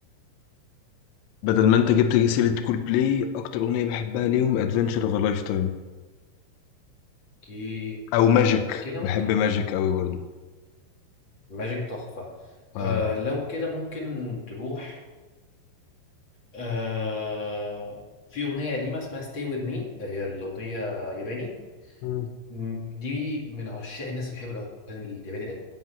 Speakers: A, on the left (about 85°); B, on the left (about 40°).
A: بدل ما انت جبت سيره كول بلاي اكتر اغنيه بحبها ليهم ادفنتشر اوف ا لايف تايم
B: كي
A: او
B: آه
A: ماجيك
B: كده
A: بحب
B: ممكن
A: ماجيك قوي برضو
B: ماجيك تحفه
A: اه
B: آه لو كده ممكن تروح آه في اغنيه قديمه اسمها ستي وذ مي هي الاغنيه ياباني
A: مم.
B: مم. دي من عشاق الناس اللي بيحبوا الاغاني الياباني